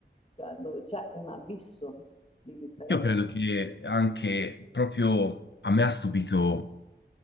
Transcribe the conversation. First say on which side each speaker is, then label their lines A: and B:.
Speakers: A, on the left; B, on the left.
A: cioè dove c'è un abisso di differenza.
B: io credo che anche proprio a me ha stupito